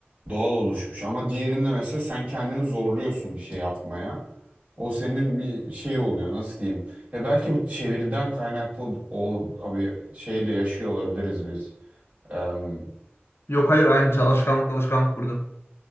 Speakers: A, on the right; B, on the left.
A: Doğal oluşmuş ama diğerinde mesela sen kendini zorluyorsun bir şey yapmaya. O senin bir şey oluyor nasıl diyeyim. Ya belki bu çeviriden kaynaklı ol, abi şey de yaşıyor olabiliriz biz. Em,
B: Yok hayır aynı şey. Alışkanlık alışkanlık burada.